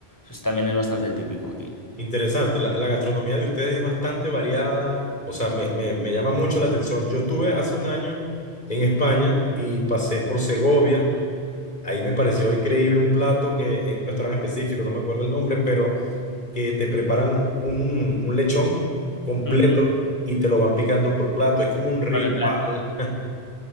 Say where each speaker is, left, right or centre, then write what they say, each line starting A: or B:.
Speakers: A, on the left; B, on the left.
A: Eso también es bastante típico aquí.
B: Interesante, la, la gastronomía de ustedes es bastante variada, o sea, me, me- me llama mucho la atención. Yo estuve hace un año en España y pasé por Segovia, ahí me pareció increíble un plato que en un restaurante específico, no me acuerdo el nombre, pero que te preparan un, un lechón completo
A: Ujú,
B: y te lo van picando por plato, es como un ritual.
A: Con el plato.